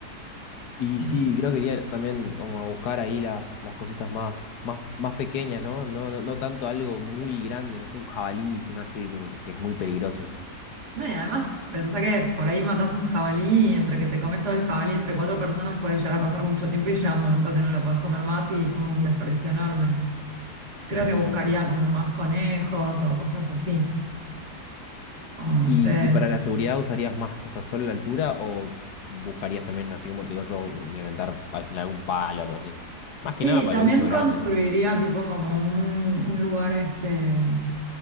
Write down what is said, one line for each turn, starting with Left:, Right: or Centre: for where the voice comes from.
Left: Y
Right: Eh,
Left: sí, creo que iría también como a buscar ahí las, las cositas más, más, más pequeñas, ¿no? No, no, no tanto algo muy grande, no sé, un jabalí, se me hace como que es muy peligroso yo.
Right: No, y además pensá que por ahí matás un jabalí y entre que te comes todo el jabalí entre cuatro personas puede llegar a pasar mucho tiempo y llega un momento que no lo puedes comer más y es como un desperdicio enorme. Creo
Left: Exactamente.
Right: que buscaría como más conejos o cosas así. O no
Left: ¿Y,
Right: sé.
Left: y para la seguridad usarías más, o sea, solo la altura o buscarías también, así como te digo yo, implementar al final algún palo o algo así? Más
Right: Sí,
Left: que nada para
Right: también
Left: los bichos grandes,
Right: construiría
Left: ¿no?
Right: tipo como un, un lugar este.